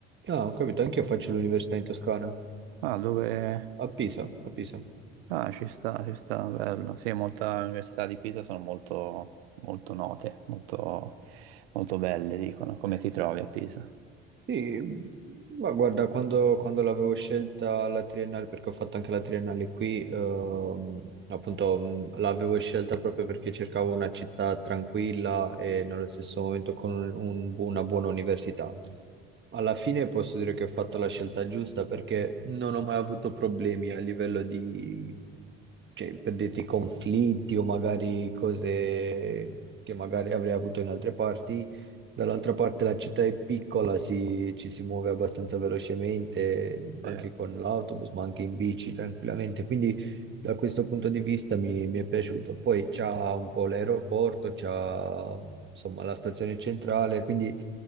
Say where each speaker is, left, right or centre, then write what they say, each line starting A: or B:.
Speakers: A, on the right; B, on the right.
A: Ah, ho capito, anch'io faccio l'università in Toscana,
B: Ah, dove...
A: a Pisa, a Pisa.
B: Ah, ci sta, ci sta, bello. Sì, molte università di Pisa sono molto, molto note, molto, molto belle, dicono. Come ti trovi a Pisa?
A: Sì, ma guarda, quando, quando l'avevo scelta la triennale, perché ho fatto anche la triennale qui, ehm, appunto mh, l'avevo scelta proprio perché cercavo una città tranquilla e nello stesso momento con un- una buona università. Alla fine posso dire che ho fatto la scelta giusta perché non ho mai avuto problemi a livello di, cioè, per dirti, conflitti o magari cose che magari avrei avuto in altre parti. Dall'altra parte la città è piccola, si- ci si muove abbastanza velocemente,
B: Sì.
A: anche con l'autobus, ma anche in bici tranquillamente. Quindi da questo punto di vista mi, mi è piaciuto. Poi c'ha un po' l'aeroporto, c'ha insomma la stazione centrale, quindi